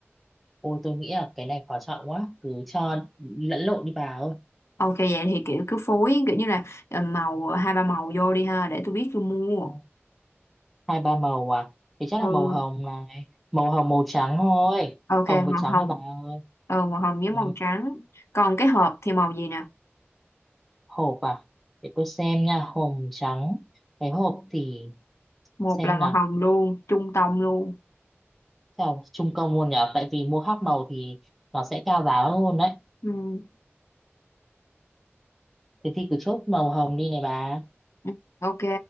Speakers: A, in the centre; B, on the left.
A: Ôi tôi nghĩ là cái này khó chọn quá. Cứ cho lẫn lộn đi bà ơi.
B: Ok vậy thì kiểu cứ phối kiểu như là ờ, màu hai ba màu vô đi ha để tôi biết tôi mua.
A: Ừ, Hai ba màu à. Thì chắc
B: Ừ.
A: là màu hồng này. Màu hồng màu trắng thôi.
B: Ok
A: Hồng với
B: màu
A: trắng
B: hồng.
A: thôi bà ơi.
B: Ừ màu hồng với màu
A: Ừ.
B: trắng. Còn cái hộp thì màu gì nè?
A: Hộp à. Để tôi xem nha. Hồng trắng. Cái hộp thì
B: Một
A: xem
B: là màu
A: nào.
B: hồng luôn, trung tông luôn.
A: Chào trung công luôn nhở. Tại vì mua khác màu thì nó sẽ cao giá hơn đấy.
B: Ừ.
A: Thế thì cứ chốt màu hồng đi này bà.
B: Ừ, Ok,